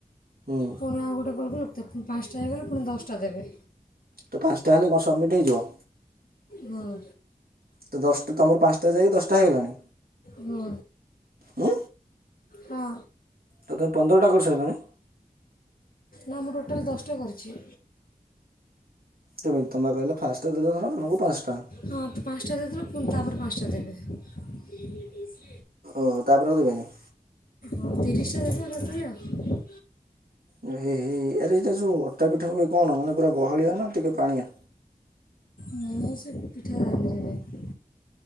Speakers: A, on the right; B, on the left.
A: ହୁଁ
B: ପୁଣି ଆଉ ଗୋଟେ କଲ୍ କଲୁ, ପୁଣି ପାଞ୍ଚଟା ହେଇଗଲେ ପୁଣି ଦଶଟା ଦେବେ।
A: ତ ପାଞ୍ଚଟା ହେଲେ କଣ ସବମିଟ୍ ହେଇଯିବ?
B: ହଁ।
A: ତ ଦଶଟ୍ ତମର ପାଞ୍ଚଟା ଯାଇକି ଦଶଟା ହେଇଗଲାଣି?
B: ହୁଁ
A: ହୁଁ
B: ହଁ।
A: ତ ତମେ ପନ୍ଦରଟା କରିସାରିଲାଣି?
B: ନା ମୁଁ ଟୋଟାଲ ଦଶଟା କରିଚି।
A: କେମିତି ତମେ ପା କହିଲ ଫାଷ୍ଟେ ଦେଲେ ଧର ହବୁ ପାଞ୍ଚ୍ ଟା।
B: ହଁ ତ ପାଞ୍ଚ୍ ଟା ଦେଇଥିଲୁ ପୁଣି ତାପରେ ପାଞ୍ଚଟା ଦେବେ।
A: ଓହୋ ତାପରେ ଆଉ ଦେବେନି?
B: ହଁ- ତିରିଶ୍ ଟା ଦେବେ ଟୋଟାଲି ଆଉ।
A: ହେ- ହେ- ଆରେ ଏଇଟା ଯଉ ଅଟା ପିଠା ହୁଏ କଣ ମାନେ ପୁରା ବହଳିଆ ନା ଟିକେ ପାଣିଆ?
B: ମୁଁ ସେ ପିଠା ଜାଣିନିରେ ଭାଇ।